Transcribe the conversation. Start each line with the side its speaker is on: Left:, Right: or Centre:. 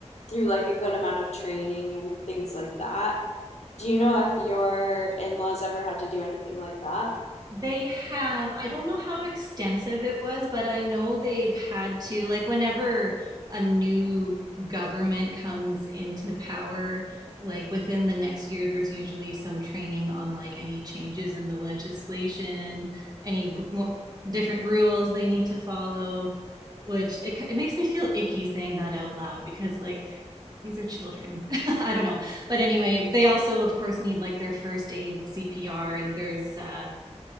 Left: through like a good amount of training and things like that. Do you know if your in-laws ever had to do anything like that?
Right: They have, I don't know how extensive it was, but I know they've had to, like, whenever a new government comes into power, like within the next year, there's usually some training on like any changes in the legislation, any r- mo different rules they need to follow, which it, it makes me feel icky saying that out loud because, like, these are children. <laughs> I don't know. But anyway, they also, of course, need like their first aid CPR, and there's, uh,